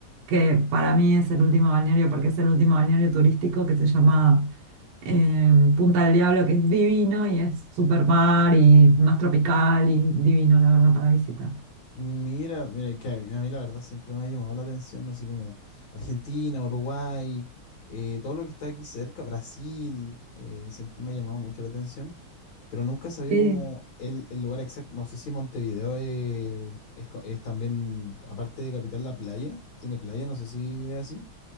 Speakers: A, on the right; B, on the left.
A: que para mí es el último balneario porque es el último balneario turístico que se llama eh, Punta del Diablo, que es divino y es super mar y más tropical y divino, la verdad, para visitar.
B: Mira, mira, que a mí a mí la verdad siempre me ha llamado la atención, así como Argentina, Uruguay, eh, todo lo que está aquí cerca, Brasil, eh, siempre me ha llamado mucho la atención, pero nunca sabía
A: Sí,
B: como el, el lugar exacto. No sé si Montevideo eh, es, co- es también, aparte de capital, la playa, tiene playa, no sé si es así.